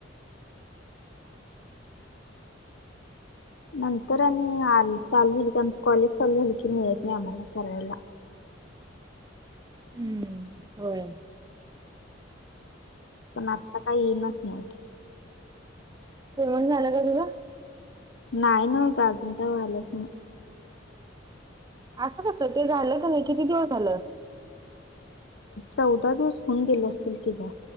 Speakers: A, on the left; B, on the right.
A: नंतर आणि आ चालू आमच कॉलेज चालू झाली की मिळत नाही आम्हाला करायला.
B: हम्म होय.
A: पण आता काही येईनच नाही
B: पेमेंट झालं का तुझा.
A: नाही ना ग अजून काय व्हालाच नाही
B: असं कसं ते झालं का नाही किती दिऊन झालं
A: चौदा दिवस होऊन गेले असतील की ग